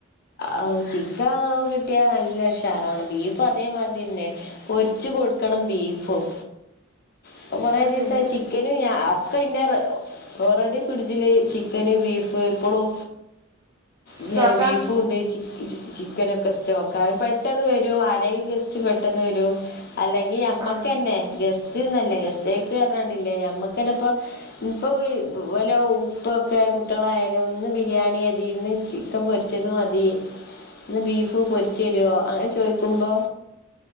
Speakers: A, on the left; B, on the right.
A: ആ ചിക്കൻ കിട്ടിയാ നല്ല ഉഷാറാണ് ബീഫും അതേമാതിരിന്നെ പൊരിച്ച് കൊടുക്കണം ബീഫും ഇപ്പ കൊറേ
B: അത്
A: ദിവസായി
B: ശരി
A: ചി ചിക്കന് ഞ ഒക്കെ ഇൻ്റെ ഓറെഡി ഫ്രിഡ്ജില് ചിക്കന് ബീഫ് എപ്പളും ന്നെ
B: സ്റ്റോക്കാ
A: ബീഫും ഉണ്ട് ചി ചിക്കനൊക്കെ സ്റ്റോക്കാ പെട്ടെന്ന് വരും ആരെങ്കിലും ഗസ്റ്റ് പെട്ടെന്ന് വരും അല്ലെങ്കി ഞമ്മക്കന്നെ
B: ആ
A: ഗസ്റ്റ്ന്നല്ല ഗസ്റ്റേക്ക് പറഞാണ്ടില്ലേ ഞമ്മക്കന്നെ ഇപ്പൊ ഇപ്പൊ വീ വലെ ഉപ്പൊക്കെ കുട്ട്യേളായാലും ഒന്ന് ബിരിയാണി ഇര്ന്ന് ചിക്കൻ പൊരിച്ചത് മതി ഇന്ന് ബീഫ് പൊരിച്ചെരോ അങ്ങനെ ചോയ്ക്കുമ്പോ